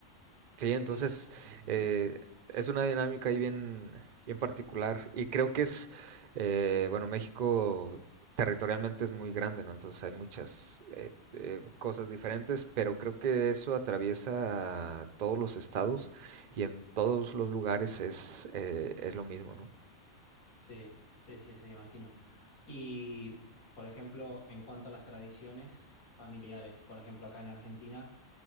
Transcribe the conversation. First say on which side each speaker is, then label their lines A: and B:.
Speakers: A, on the right (about 75°); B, on the left (about 75°).
A: Sí, entonces
B: Sí, sí, sí. entiendo.
A: eh, es una dinámica ahí bien, bien particular y creo que es, eh, bueno, México territorialmente es muy grande, ¿no? Entonces hay muchas
B: Sí,
A: eh, eh, cosas diferentes, pero creo que eso atraviesa todos los estados y en todos los lugares es, eh, es lo mismo, ¿no?
B: sí, sí, sí, sí, sí, imagino. Y, por ejemplo, en cuanto a las tradiciones familiares, por ejemplo, acá en Argentina,